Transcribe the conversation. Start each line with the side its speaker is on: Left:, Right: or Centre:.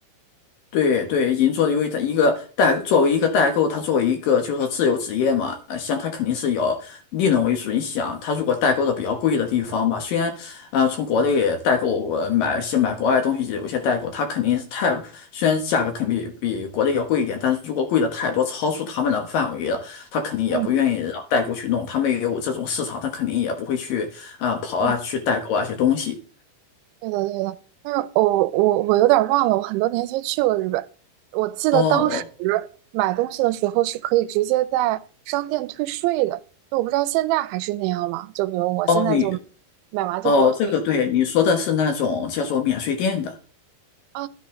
Left: 对对，银座的，因为它一个代作为一个代购，它作为一个就是说自由职业嘛，呃像它肯定是有利润为主。你想，它如果代购的比较贵的地方嘛，虽然呃从国内代购呃买些买国外的东西，有些代购它肯定是太虽然价格肯定比比国内要贵一点，但是如果贵的太多，超出他们的范围了，他肯定也不愿意让代购去弄，
Right: 嗯
Left: 他们也有这种市场，他肯定也不会去啊、跑啊去代购啊一些东西。
Right: 嗯。对的，对的，但是我我我有点儿忘了，我很多年前去过日本，我记得当时
Left: 哦
Right: 买东西的时候是可以直接在商店退税的，就我不知道现在还是那样吗？就比如我现在就
Left: 哦，哦，你。
Right: 买完就给我退
Left: 哦，这个对，你说的是那种叫做免税店的。
Right: 啊，